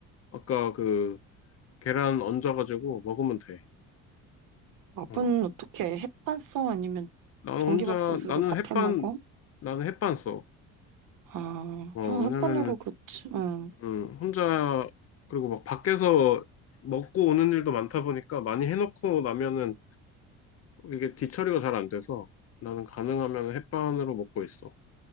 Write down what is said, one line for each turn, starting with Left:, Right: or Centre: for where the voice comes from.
Left: 아까 그 계란 얹어가지고 먹으면 돼.
Right: 밥은
Left: 어,
Right: 어떻게 해? 햇반 써? 아니면
Left: 나는
Right: 전기밥솥으로
Left: 혼자, 나는
Right: 밥해
Left: 햇반,
Right: 먹어?
Left: 나는 햇반 써.
Right: 아,
Left: 어,
Right: 아,
Left: 왜냐면은
Right: 햇반으로 그치. 응.
Left: 음, 혼자, 그리고 막 밖에서 먹고 오는 일도 많다 보니까 많이 해놓고 나면은 이게 뒤처리가 잘 안 돼서 나는 가능하면 햇반으로 먹고 있어.